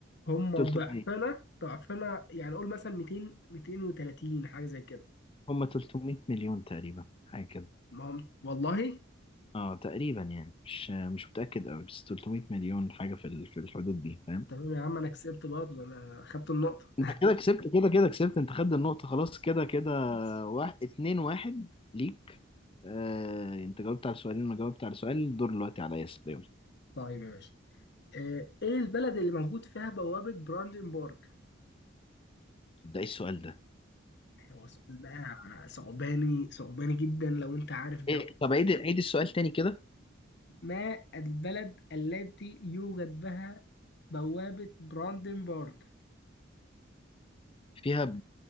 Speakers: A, on the left (about 60°); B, on the left (about 30°).
A: هم
B: 300
A: ضعفنا ضعفنا يعني قول مثلا 200 230 حاجة زي كده
B: هم 300 مليون تقريبا حاجة كده
A: ما هم والله
B: اه تقريبا يعني مش مش متأكد قوي بس 300 مليون حاجة في ال- في الحدود دي فاهم
A: تمام يا عم انا كسبت برضه ده انا خدت النقطة
B: انت كده كسبت كده كده كسبت انت خدت النقطة خلاص كده كده
A: ماشي
B: واحد اتنين واحد ليك آه انت جاوبت على سؤالين وانا جاوبت على سؤال الدور دلوقتي عليا يلا يلا.
A: طيب يا باشا آه، ايه البلد اللي موجود فيها بوابة براندنبورغ
B: ده ايه السؤال ده
A: هو سؤال بقى صعباني صعباني جدا لو انت عارف
B: إيه طب عيد عيد السؤال تاني كده
A: ما البلد التي يوجد بها بوابة براندنبورغ
B: فيها